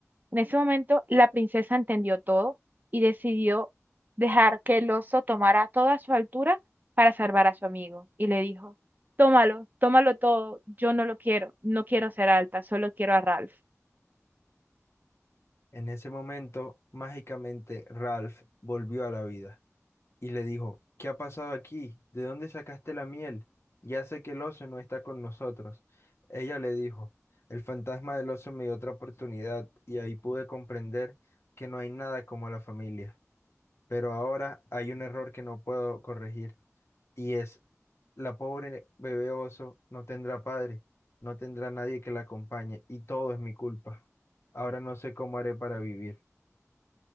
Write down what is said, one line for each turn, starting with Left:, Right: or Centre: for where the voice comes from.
Right: En ese momento, la princesa entendió todo y decidió dejar que el oso tomara toda su altura para salvar a su amigo. Y le dijo, tómalo, tómalo todo, yo no lo quiero, no quiero ser alta, solo quiero a Ralph.
Left: En ese momento, mágicamente, Ralph volvió a la vida y le dijo, ¿Qué ha pasado aquí? ¿De dónde sacaste la miel? Ya sé que el oso no está con nosotros. Ella le dijo, el fantasma del oso me dio otra oportunidad y ahí pude comprender que no hay nada como la familia. Pero ahora hay un error que no puedo corregir y es, la pobre bebé oso no tendrá padre, no tendrá nadie que la acompañe y todo es mi culpa. Ahora no sé cómo haré para vivir.